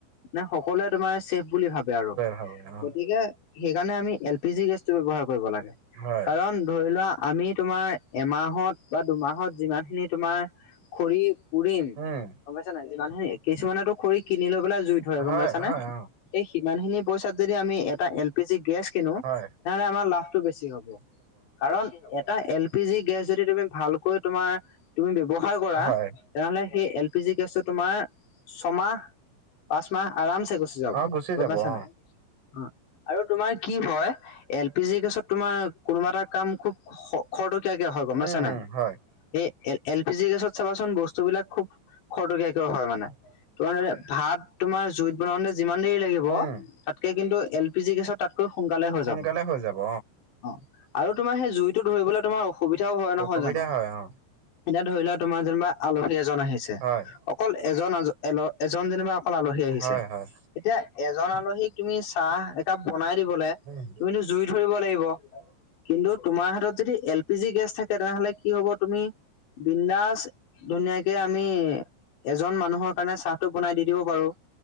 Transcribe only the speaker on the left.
নে সকলোৱে তোমাৰ ছেফ বুলি ভাবে আৰু
গতিকে সেইকাৰণে আমি এল পি জি গেছটো ব্যৱহাৰ কৰিব লাগে
কাৰণ ধৰি লোৱা আমি তোমাৰ এমাহত বা দুমাহত যিমান খিনি তোমাৰ খৰি পুৰিম
গম পাইছ নে যিমান কিছুমানো খৰি কিনি লৈ পেলাই জুই ধৰে
গম পাইছানে?
এই সিমান খিনি পইচাত যদি আমি এ এটা এল পি জি গেছ কিনো তেতিয়াহলে
আমাৰ লাভটো বেছি হ'ব কাৰণ। এটা এল পি জি গেছ যদি তুমি ভালকৈ তোমাৰ তুমি ব্যৱহাৰ কৰা
তেনেহ'লে সেই এল পি জি গেছটো তোমাৰ ছমাহ পাঁচ মাহ আৰাম চে গুচি যাব
গম
পাইছা
নাই? অ আৰু তোমাৰ কি হয় এল পি জি গেছত তোমাৰ কোনোবা এটা কাম খুব খৰ খৰটকিয়াকে হয় গম
পাইছা নাই?
এই এ এল পি জি গেছত চাবাচোন বস্তু বিলাক খুব খৰতকীয়াকে হয় মানে। তোমাৰে ভাত তোমাৰ জুইত বনাওঁতে যিমান দেৰি লাগিব
তাতকে কিন্তু এল পি জি গেছত তা সোনকালে হৈ
যাব অ
আৰু তোমাৰ সেই জুইটো ধৰিবলে তোমাৰ অ সুবিধাও হয় নহয়
জান
এতিয়া ধৰি লোৱা তোমাৰ যেনিবা আলহী এজন আহিছে,
অকল এজন আজ এল- এজন যেনিবা অকল আলহী আহিছে
এতিয়া এজন আলহীক তুমি চাহ কাপ বনাই দিবলে
তুমিতো জুই ধৰিব লাগিব। কিন্তু তোমাৰ হাতত যদি এল পি জি গেছ থাকে তেনেহ'লে কি হব তুমি বিন্দাস ধুনীয়াকে আমি এজন মানুহৰ চাহটো বনাই দি দিব পাৰো,